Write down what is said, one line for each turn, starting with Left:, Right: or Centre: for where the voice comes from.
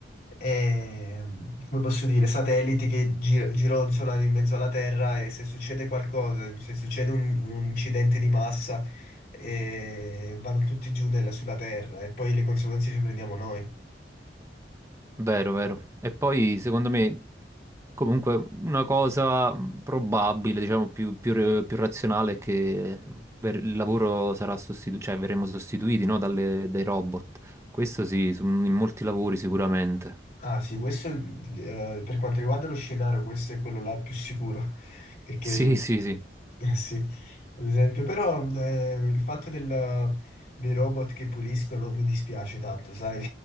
Left: eh, come posso dire, satelliti che gir- gironzolano in mezzo alla Terra e se succede qualcosa, se succede un, un incidente di massa, eh, vanno tutti giù nel- sulla Terra e poi le conseguenze ci prendiamo noi.
Right: Vero, vero. E poi, secondo me, comunque una cosa mh, probabile, diciamo, più, più re- più razionale è che ver- il lavoro sarà sostituito, cioè verremo sostituiti, no, dalle- dai robot. Questo sì, su- in molti lavori sicuramente.
Left: Ah sì, questo eh, per quanto riguarda lo scenario, questo è quello là più sicuro, <laughs> perché
Right: Sì, sì, sì.
Left: eh, sì, ad esempio, però eh, il fatto del- dei robot che puliscono mi dispiace tanto, sai?